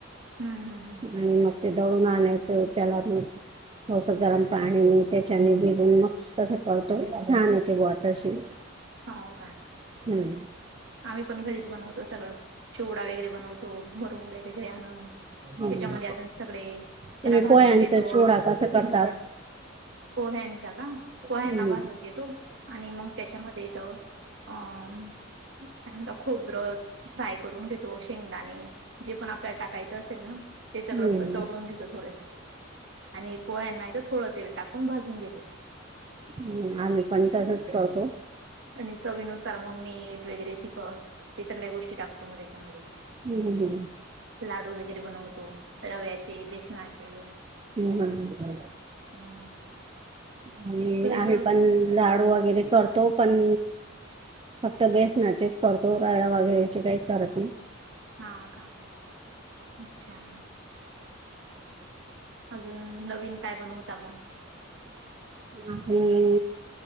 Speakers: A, on the right; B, on the right.
A: हूं, हूं, हूं.
B: आणि मग ते दळून आणायचं त्याला घेऊन थोडसं गरम पाणीने त्याच्याने भिजून मग तसं करतो छान येते बा तशी.
A: हो का?
B: हम्म
A: आम्ही पण घरीच बनवतो सगळं. चिवडा वगैरे बनवतो मुरमरे घेऊन. आणून त्याच्यामध्ये
B: हम्म
A: अजून सगळे त्याला
B: तुम्ही
A: भाजून
B: पोह्यांचा
A: घेतो.
B: चिवडा कसा करतात?
A: पोह्यांचा का पोह्यांना
B: हम्म
A: भाजून घेतो. आणि मग त्याच्यामध्ये ते तर अं त्यानंतर कांदा खोबरं फ्राय करून घेतो. शेंगदाणे, जे पण आपल्याला टाकायचं असेल ना ते सगळं
B: हम्म
A: तळून घेतो थोडसं आणि पोहयांना इथं थोडं तेल टाकून भाजून घेतो.
B: हूं आम्ही पण तसंच करतो.
A: आणि चवीनुसार मग मीठ वगैरे तिखट ते सगळ्यां गोष्टी टाकतो, मग त्याच्यामध्ये.
B: हम्म हम्म
A: लाडू वगैरे बनवतो रव्याचे, बेसनाचे.
B: म्हणून आहे.
A: हम्म
B: आणि
A: तुम्ही
B: आम्ही
A: क
B: पण लाडू वगैरे करतो. पण फक्त बेसनाचेच करतो, रव्या वगैरेचे काही करत नाही.
A: हा का अच्छा. अजून नवीन काय बनवता मग.
B: अजून